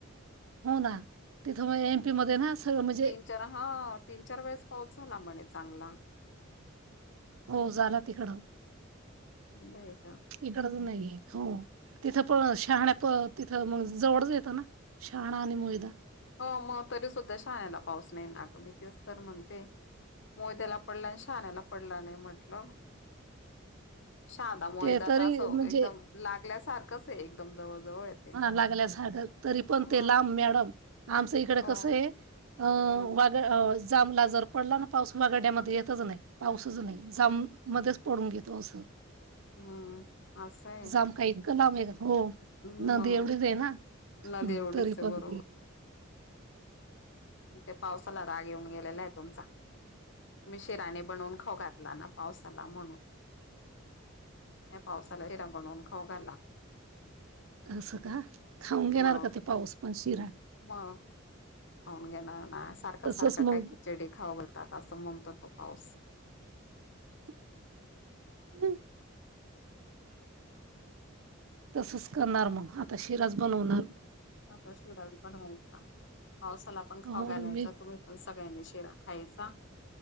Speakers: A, on the right (about 80°); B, on the left (about 60°).
A: हो ना तिथं म एम पी मध्ये ना सगळं म्हणजे
B: चर हां तीन चार वेळेस पाऊस झाला म्हणे चांगला.
A: हो झाला तिकडं.
B: बयं का
A: इकडंच नाहीये हो तिथं पण शहाण्या प तिथं मग जवळच येतं ना. शाहाणा आणि मोयदा.
B: हो मग तरी सुद्धा शाहाण्याला पाऊस नाही ना गं मी तेच तर म्हणते. मोद्याला पडलं आणि शाण्याला पडलं नाही म्हटलं शादा मोयदात
A: ते तरी
B: असं
A: म्हणजे
B: एकदम लागल्यासारखंच हे एकदम जवळ जवळ येते
A: हा लागल्यास तरी पण
B: ह
A: ते लांब मॅडम आमचं इकडे
B: हो
A: कसं आहे अ
B: हम्म
A: वाट अ जामला जर पडला ना पाऊस हगड्यामध्ये येतच नाही. पाऊसाचं नाही जम मध्येच पडून घेतो असं
B: <inaudible> हम्म असं आहे
A: जाम काय इतकं लांब आहे हो
B: मग
A: नदी एवढीच आहे ना
B: नदी एवढीच
A: तरी
B: आहे
A: पण
B: बरोबर ते पावसाला राग येऊन गेलेला आहे तुमचा तुम्ही शिरा नाही बनवून खाऊ घातला ना पावसाला म्हणून या पावसाला हिरा बनवून खाऊ घाला.
A: असं का खाऊन घेणार
B: मग
A: का ते पाऊस पण शिरा
B: मग खाऊन घेणार ना सारख
A: तसच
B: सारखा काय
A: मग
B: खिचडी खाऊ घलतात असं म्हणतो तो पाऊस
A: हम <unintelligible> तसच करणार मग आता शिरास बनवणार.
B: आता शिराज बनवायचा पावसाला पण खावा
A: हो
B: घालायचा
A: मी
B: तुम्ही सगळ्यांनी शिरा खायचा